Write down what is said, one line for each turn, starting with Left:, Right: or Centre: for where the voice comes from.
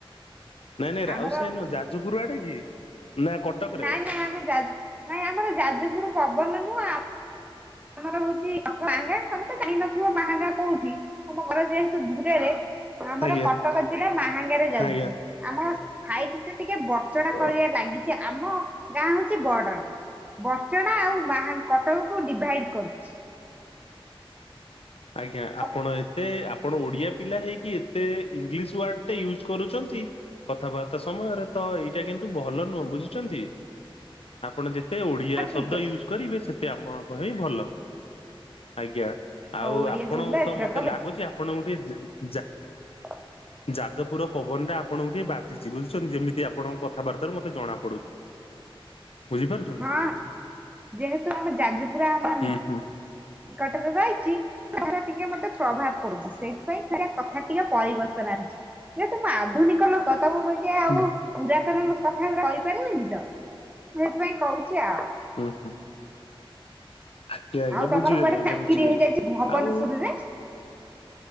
Left: ନାଇଁ, ନାଇଁ, ରାଉ
Right: ଆମର
Left: ସାହି ନୁହଁ, ଯାଜପୁରୁ ଆଡେ କି? ନା କଟକରେ
Right: ନାଇଁ, ନାଇଁ, ଆମେ ଯାଜ୍-ନାଇଁ ଆମର ଯାଜପୁର ପବନ ନୁଅଁ ଆମର ହଉଛି ମାହାଙ୍ଗା। ତମେ ତ ଜାଣିନଥିବ ମାହାଙ୍ଗା କୋଉଠି? ତମ ଘର ଯେହେତୁ ଦୂରରେ। ଆମର
Left: ଆଜ୍ଞା
Right: କଟକ ଜିଲ୍ଲା ମାହାଙ୍ଗାରେ ଯାଉଛି।
Left: ଆଜ୍ଞା
Right: ଆମର ସାଇଟ ଟା ଟିକେ ବଡର୍ଚଣା କରିଆ
Left: ଓ
Right: ଲାଗିଚି ଆମ ଗାଁ ହଉଛି ବଡରବଡଚଣା ଆଉ ମା କଟକକୁ ଡିଭାଇଡ କରୁଛି।
Left: ଆଜ୍ଞା
Right: ହଁ
Left: ଆପଣ ଏତେ ଆପଣ ଓଡ଼ିଆ ପିଲା ହେଇକି ଏତେ ଇଂଲିଶ ୱାର୍ଡଟା ୟୁଜ୍ କରୁଛନ୍ତି? କଥାବାର୍ତ୍ତା ସମୟରେ ତ ଏଇଟା କିନ୍ତୁ ଭଲ ନୁହଁ ବୁଝିଛନ୍ତି ଆପଣ ଯେତେ ସେ ଓଡ଼ିଆ
Right: ଠିକ
Left: ଶବ୍ଦ
Right: ଅଛି
Left: ୟୁଜ୍ କରିବେ ସେତେ ଆମ ପାଇଁ ଭଲ ଆଜ୍ଞା। ଆଉ
Right: ହଉ ଓଡିଆ
Left: ଆପଣଙ୍କୁ
Right: ଶବ୍ଦ ଏଥରକ
Left: ତ ମତେ ଲାଗୁଛି ଆପଣଙ୍କୁ ଟିକେ ଜ ଯା
Right: ଆ।
Left: ଯାଜପୁର ପବନ ଟା ଆପଣଙ୍କୁ ଟିକେ ବାଜିଛି ବୁଝୁଛନ୍ତି ଯେମିତି ଆପଣଙ୍କ କଥାବାର୍ତ୍ତାରୁ ମତେ ଜଣା ପଡୁଛି। ବୁଝିପାରୁଛନ୍ତି
Right: ହଁ ଯେହେତୁ ଆମେ ଯାଜପୁର ଅଛନ୍ତି।
Left: ହୁଁ ହୁଁ
Right: ନିକଟରେ ରହଚି କଥାଟା ଟିକେ ମୋତେ ପ୍ରଭାବ ପଡୁଛି, ସେଇଥିପାଇଁ ଟିକେ କଥା ଟିକେ ପରିବର୍ତ୍ତନ ଆଣିଛି। ଯେହେତୁ ମୁଁ ଆଧୁନିକ ଲୋକ ତମ ପରିକା ଆଉ
Left: ହୁଁ
Right: ପୁରାତନ କଥାଗୁରା କହିପାରିବିନି ତ ସେଥିପାଇଁ କହୁଛି ଆଉ।
Left: ହୁଁ ହୁଁ। ଆଜ୍ଞା ଆଜ୍ଞା
Right: ଆଉ ତମର
Left: ବୁଝିଗଲି
Right: କୁଆଡେ
Left: ଆଜ୍ଞା
Right: ଚାକିରି
Left: ବୁଝିଗଲି
Right: ହେଇଯାଇଛି ଭବନେଶ୍ଵରରେ?
Left: ଆଉ